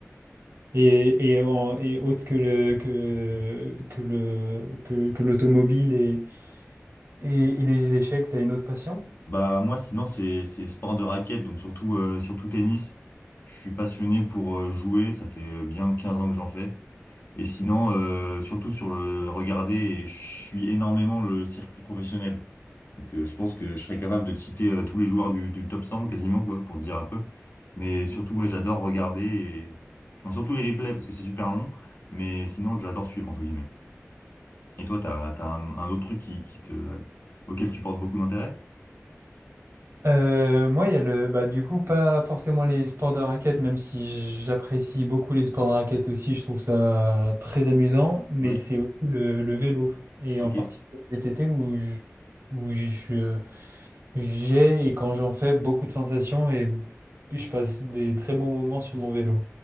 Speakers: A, on the right; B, on the left.
A: Et, et, en- et autre que le, que, que le, que, que l'automobile et, et, et les échecs, t'as une autre passion?
B: Bah, moi, sinon, c'est c'est sport de raquette, donc surtout, euh, surtout tennis. Je suis passionné pour euh, jouer, ça fait euh, bien 15 ans que j'en fais. Et sinon, euh, surtout sur le regarder, et je suis énormément le circuit professionnel. Donc, euh, je pense que je serais capable de te citer euh, tous les joueurs du, du top 100 quasiment, quoi, pour te dire un peu. Mais surtout, ouais, j'adore regarder et... enfin, surtout les replays parce que c'est super long. Mais sinon, j'adore suivre, entre guillemets. Et toi, t'as, t'as un, un autre truc qui, qui te, auquel tu portes beaucoup d'intérêt?
A: Euh, moi, il y a le, bah, du coup, pas forcément les sports de raquette, même si j'apprécie beaucoup les sports de raquette aussi, je trouve ça très amusant, mais
B: Ouais.
A: c'est aussi le, le vélo, et
B: Ok.
A: en particulier le VTT où je- où je- j'ai, et quand j'en fais, beaucoup de sensations et je passe des très bons moments sur mon vélo.